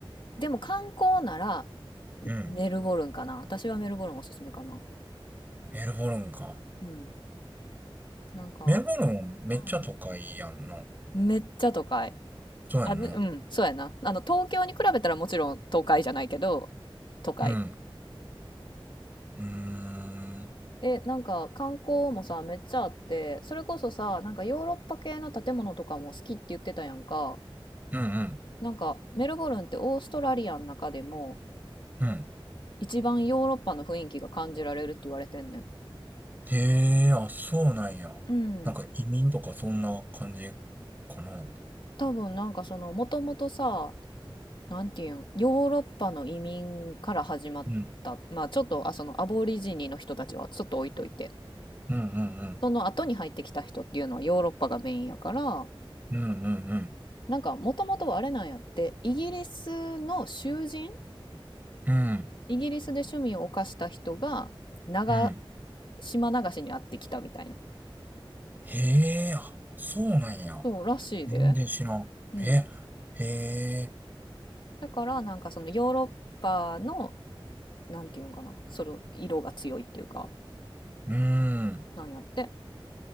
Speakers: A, on the left; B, on the right.
A: でも観光なら、
B: うん。
A: メルボルンかな。私はメルボルンおすすめかな。
B: メルボルンか。
A: うん。なんか、
B: メルボルンめっちゃ都会やんな。
A: うんうん。めっちゃ都会。
B: そうやんな。
A: あ、ね、うん、そうやな。あの、東京に比べたらもちろん都会じゃないけど、都会。
B: うん。うーん。うん
A: え、なんか観光もさ、めっちゃあって、それこそさ、なんかヨーロッパ系の建物とかも好きって言ってたやんか。
B: うん。
A: なんかメルボルンってオーストラリアの中でも
B: うん。
A: 一番ヨーロッパの雰囲気が感じられるって言われてんねん。
B: へえ、あ、そうなんや。
A: うん。
B: なんか移民とかそんな感じかな。
A: 多分なんかそのもともとさ、なんていうん、ヨーロッパの移民から始まった、
B: うん。
A: まあちょっとあそのアボリジニの人たちはちょっと置いといて、
B: うんうんうん。
A: その後に入ってきた人っていうのはヨーロッパがメインやから、
B: うんうんうん。
A: なんかもともとはあれなんやって、イギリスの囚人、
B: うん。
A: イギリスで趣味を犯した人が長
B: うん。
A: 島流しに会ってきたみたいな。
B: へえ、あ、そうなんや。
A: そうらしいで。
B: 全然知らん。
A: うん。
B: え、へえ、
A: だからなんかそのヨーロッパのなんていうのかなその色が強いっていうか
B: うん。
A: なんやって